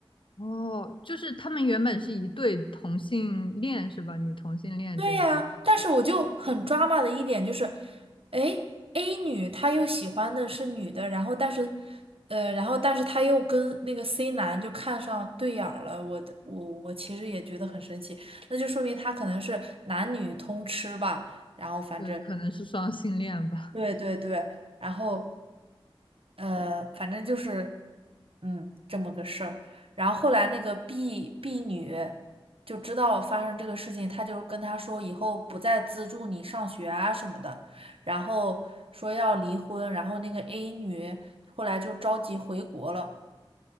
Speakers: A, on the left (about 60°); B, on the right (about 75°).
A: 哦，就是他们原本是一对同性恋是吧？女同性恋这样子。
B: 对呀，但是我就很 drama 的一点就是，哎，A 女她又喜欢的是女的，然后但是，呃，然后但是她又跟那个 C 男就看上对眼儿了，我的我我其实也觉得很生气，那就说明他可能是男女通吃吧，然后反正
A: 对，可能是双性恋吧。
B: 对对对，然后。呃，反正就是，嗯，这么个事儿。然后后来那个 B B 女就知道发生这个事情，她就跟他说以后不再资助你上学啊什么的，然后说要离婚。然后那个 A 女后来就着急回国了。